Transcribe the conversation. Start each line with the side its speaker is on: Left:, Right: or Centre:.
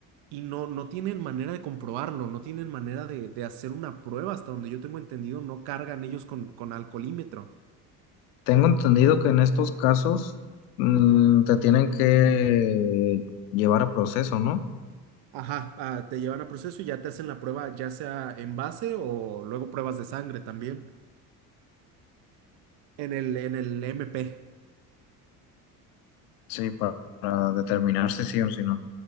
Right: y no, no tienen manera de comprobarlo, no tienen manera de, de hacer una prueba. Hasta donde yo tengo entendido, no cargan ellos con, con alcoholímetro.
Left: Tengo entendido que en estos casos mm, te tienen que llevar a proceso, ¿no?
Right: Ajá, ah, te llevan a proceso y ya te hacen la prueba, ya sea en base o luego pruebas de sangre también en el, en el MP
Left: Sí, pa- para, determinar si sí o si no.